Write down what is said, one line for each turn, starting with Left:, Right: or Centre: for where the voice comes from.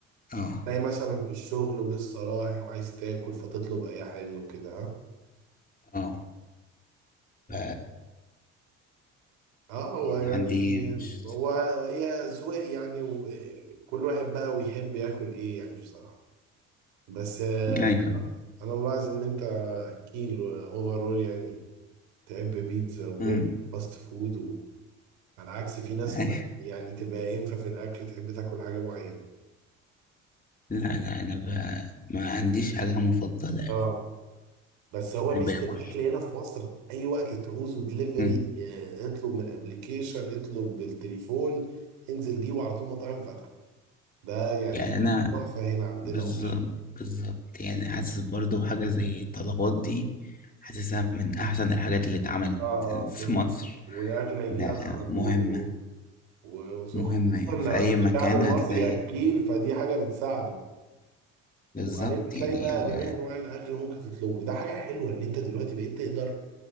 Left: اه
Right: تلاقي مثلا في الشغل ولسه رايح وعايز تاكل فتطلب اي حاجه وكده ها
Left: اه ف
Right: اه هو
Left: يعني
Right: يعني
Left: عندي مش
Right: هو هي أذواق يعني وكل واحد بقى ويحب ياكل ايه يعني بصراحة بس آه،
Left: ايوه
Right: انا ملاحظ ان انت اكيل اوفرول يعني تحب بيتزا وبرجر
Left: امم
Right: فاست فود و... على عكس في ناس
Left: أيوة.
Right: ما يعني تبقى انفه في الاكل تحب تاكل حاجة معينة
Left: لا لا انا ب... ما عنديش حاجه مفضله قوي
Right: اه بس
Left: يعني
Right: هو ميزة
Left: باكل
Right: الاكل هنا في مصر اي وقت تعوزه دليفري
Left: امم
Right: اطلب من الابليكيشن اطلب بالتليفون انزل جيبه على طول مطاعم فاتحة ده يعني
Left: يعني انا
Right: تحفة هنا عندنا
Left: بالظبط
Right: اوبشن
Left: بالظبط يعني حاسس برضو حاجه زي الطلبات دي حاسسها من احسن الحاجات اللي اتعملت
Right: اه اه بتنجز
Left: في مصر
Right: والاكل هيجي
Left: لا
Right: لك على
Left: مهمه
Right: طول و... و... وسخن
Left: مهمه يعني في
Right: لو
Left: اي مكان
Right: الشعب المصري
Left: هتلاقي
Right: اكيل فدي حاجه بتساعده
Left: بالظبط
Right: وبعدين بتلاقي
Left: يعني
Right: بقى
Left: هو
Right: جميع انواع الاكل ممكن تطلبه ده حاجه حلوه ان انت دلوقتي بقيت تقدر